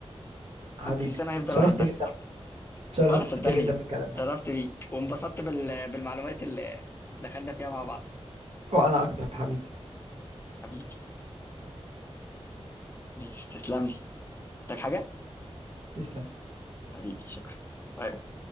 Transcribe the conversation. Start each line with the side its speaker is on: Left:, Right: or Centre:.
Right: حبيبي
Left: كريستيانو هيفضل
Right: اتشرفت
Left: واحد بس
Right: جدا اتشرفت
Left: وانا صدقني
Right: جدا بالكلام معاك
Left: شرفت بيك وانبسطت بال... بالمعلومات اللي دخلنا فيها مع بعض
Right: وانا اكتر حبيبي
Left: حبيبي ماشي تسلم لي محتاج حاجة
Right: تسلم
Left: حبيبي شكرا باي باي